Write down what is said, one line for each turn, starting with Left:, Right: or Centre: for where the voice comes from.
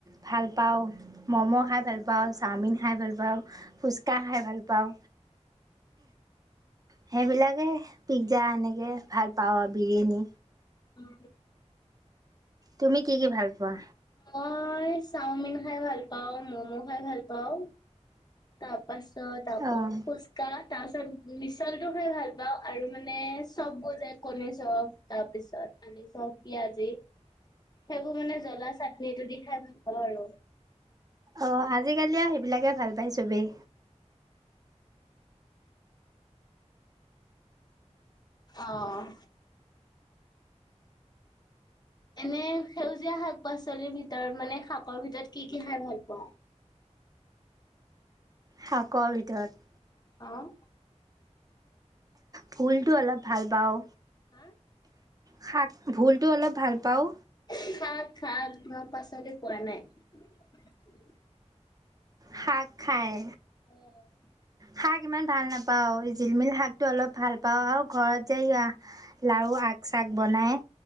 Right: ভাল পাওঁ ম'ম' খাই ভাল, পাওঁ চাওমিন খাই ভাল পাওঁ। ফুচকা খাই ভাল পাওঁ। সেইবিলাকে পিজ্জা এনেকে ভাল পাওঁ আৰু বিৰিয়ানী।
Left: উম।
Right: তুমি কি, কি ভাল পোৱা।
Left: মই চাওমিন খাই ভাল পাওঁ মম' খাই ভাল পাওঁ তাৰপাছ চ তাকো
Right: অঁ
Left: পোচকা তাৰপিছত মিছলটো খাই ভাল পাওঁ আৰু মানে চববোৰ যায় কণী চফ তাৰপিছত আলু চৌফ পিয়জী সেইবোৰ মানে জ্বলা চাটনিটো দি খাই ভাল পাওঁ আৰু।
Right: অ', আজিকালিয়ে সেইবিলাকে ভাল পায় চবেই।
Left: আহ। এনে সেউজীয়া শাক পাচলিৰ ভিতৰত মানে শাকপৰ ভিতৰত কি কি খাই ভাল পাোৱা।
Right: শাকৰ ভিতৰত
Left: অহ',
Right: ভুলতটো অলপ ভোল পাওঁ
Left: হা
Right: শাক ভুলতটো অলপ ভাল পাওঁ।
Left: <unintelligible> মাৰ পাছতে পোৱা নাই
Right: শাক খায়।
Left: <inaudible>
Right: শাক ইমান ভাল নাপাও জিলমিল শাক টো অলপ ভাল পাওঁ আৰু ঘৰত যে লাৰু আগ শাক চাক বনাই